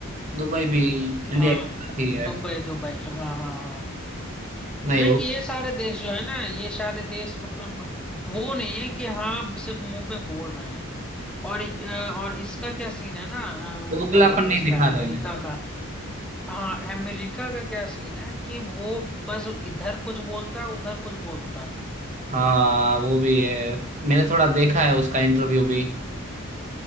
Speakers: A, on the right (about 35°); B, in the centre.
A: दुबई भी इंडिया
B: हाँ
A: के साथ ही है
B: दुबई दुबई हाँ हाँ हाँ
A: नहीं
B: देख
A: वो
B: ये सारे देश जो है ना ये सारे देश मतलब वो नहीं है कि हाँ सिर्फ मुंह पे बोल रहे हैं और अ, और इसका क्या सीन है ना
A: दोगलापन
B: अ, क्या बोलते
A: नहीं
B: हैं इसका
A: दिखा रहे
B: अमेरिका
A: हैं
B: का हाँ अमेरिका का क्या सीन है कि वो बस इधर कुछ बोलता है उधर कुछ बोलता है
A: हाँ वो भी है मैंने थोड़ा देखा है उसका इंटरव्यू भी